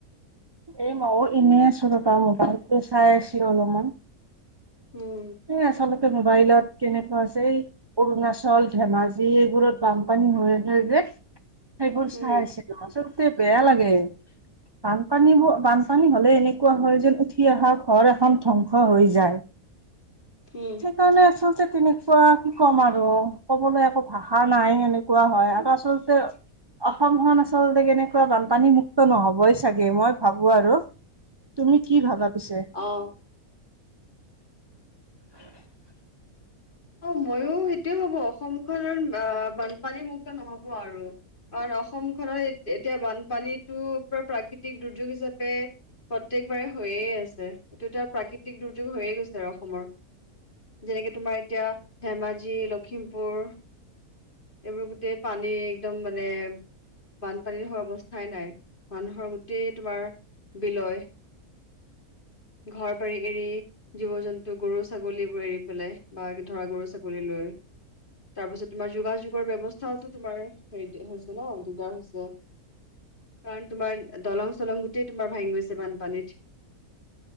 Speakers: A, on the right; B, on the left.
A: এই ময়ও এনে আছো, তাৰপৰা মোবাইটোলো চাই আছিলো অলপমান।
B: উম।
A: এ, আচলতে মোবাইলত কেনেকুৱা আছে অৰুণাচল, ধেমাজি এইবোৰত বানপানী হৈ আছে যে। সেইবোৰ চাই
B: উম
A: আছিলো, আচলতে বেয়া লাগে। বানপানীবোৰ বানপানী হলে এনেকুৱা হয় যেন, উঠি অহা ঘৰ এখন ধ্বংস হৈ যায়।
B: হম।
A: সেইটো কাৰণে আচলতে তেনেকুৱা কি ক'ম আৰু, ক'বলৈ একো ভাষা নাই এনে কোৱা হয়। আৰু আচলতে অসমখন আচলতে কেনেকুৱা বানপানী মুক্ত নহবই চাগে, মই ভাবো আৰু। তুমি কি ভাবা পিছে?
B: অঁ
A: <unintelligible>
B: অ ময়ো সেইটোৱে ভাবো অসমখন আহ বানপানী মুুক্ত নহব আৰু কাৰণ অসমখনৰ এত এতিয়া বানপানীতো পুৰা প্ৰাকৃতিক দুৰ্যোগ হিচাপে প্ৰত্যেকবাৰে হৈয়ে আছে এইটো এটা প্ৰাকৃতিক দুৰ্যোগ হৈয়ে গৈছে ধৰা অসমৰ যেনেকে তোমাৰ এতিয়া ধেমাজি লখিমপুৰ এইবোৰ গোটেই পানী একদম মানে বানপানীৰ হৈ অৱস্থাই নাই মানুহৰ গোটেই তোমাৰ বিলৈয় ঘৰ বাৰী এৰি জীৱ জন্তু গৰু ছাগলীবোৰ এৰি পেলাই বা ধৰা গৰু ছাগলী লৈ তাৰ পিছত তোমাৰ যোগাযোগৰ বৱস্থাও তোমাৰ হেৰি হৈছে ন দিগদাৰ হৈছে কাৰণ তোমাৰ দলং চলং গোটেই তোমাৰ ভাঙি গৈছে বানপানীত